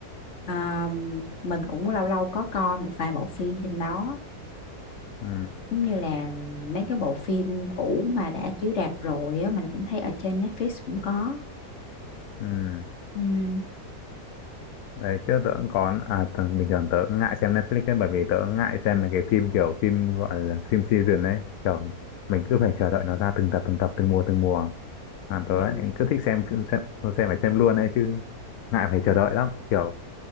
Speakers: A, on the left; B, on the left.
A: à, mình cũng lâu lâu có coi một vài bộ phim trên đó
B: ừ.
A: giống như là mấy cái bộ phim cũ mà đã chiếu rạp rồi á mình cũng thấy ở trên Netflix cũng có
B: Ừ.
A: Ừ.
B: Đấy trước tớ cũng có à tớ, bình thường tớ cũng ngại xem Netflix ấy bởi vì tớ cũng ngại xem mấy cái phim kiểu phim gọi là phim season ấy kiểu mình cứ phải chờ đợi nó ra từng tập từng tập từng mùa từng mùa à,
A: ừ.
B: tớ ấy, cứ thích xem xem xem xem phải xem luôn ấy chứ ngại phải chờ đợi lắm kiểu